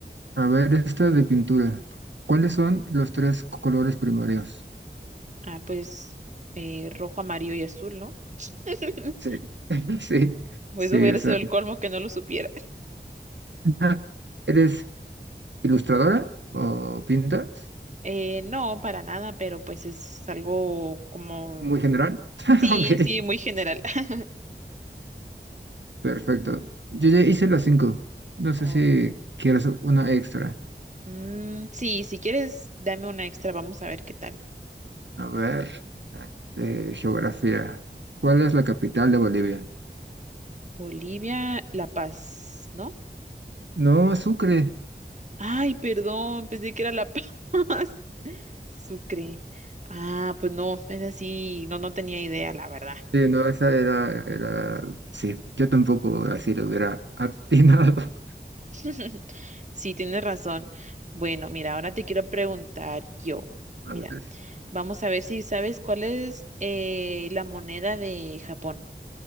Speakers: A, on the right; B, on the right.
A: a ver, esta de pintura. ¿Cuáles son los tres colores primarios?
B: Ah, pues eh, rojo, amarillo y azul, ¿no? <laughs>
A: Sí, <laughs> sí,
B: Pues
A: sí,
B: hubiera
A: esa.
B: sido el colmo que no lo supiera.
A: <laughs> ¿Eres ilustradora o pintas?
B: Eh, no, para nada, pero pues es algo como...
A: Muy general. <laughs>
B: Sí,
A: Ok,
B: sí, muy general. <laughs>
A: perfecto. Yo ya hice las cinco. No sé
B: Oh,
A: si quieres una extra.
B: mm, sí, si quieres, dame una extra, vamos a ver qué tal.
A: A ver, de geografía. ¿Cuál es la capital de Bolivia?
B: Bolivia, La Paz, ¿no?
A: No, Sucre.
B: Ay, perdón, pensé que era La Paz. <laughs> Sucre. Ah, pues no, es así, no, no tenía idea, la verdad.
A: Sí, no, esa era, era... Sí, yo tampoco así lo hubiera atinado.
B: <laughs> Sí, tienes razón. Bueno, mira, ahora te quiero preguntar yo.
A: <laughs>
B: Mira,
A: A ver,
B: vamos a ver si sabes cuál es eh, la moneda de Japón.